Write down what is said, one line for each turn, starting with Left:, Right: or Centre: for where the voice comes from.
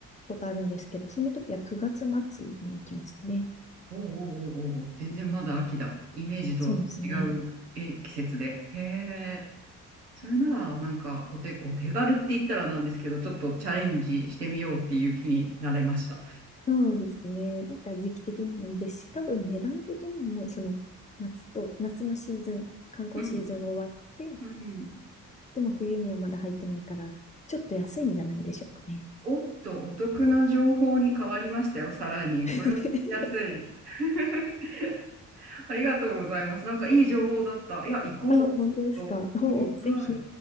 Left: ことあるんですけど、その時は9月末に行きましたね。
Right: おうおうおうおうおう、全然まだ秋だ。イメージと違うえ季節で。
Left: そうですね。
Right: へえ。それなら、なんか、お手、お手軽って言ったらなんですけど、ちょっとチャレンジしてみようっていう気になれました。
Left: そうですね。なんか時期的にもいいですし、多分値段的にも、その夏と、夏のシーズン、観光シーズン終わって、
Right: うん。うん。
Left: でも冬にはまだ入ってないから、ちょっと安いんじゃないでしょうかね。
Right: おっと、お得な情報に変わりましたよ、さらに。
Left: <laughs>
Right: これを聞きやすい。<laughs> ありがとうございます。なんかいい情報だった。いや、行こう。
Left: あ、本当ですか。
Right: とうん、
Left: お、ぜひ。
Right: はい。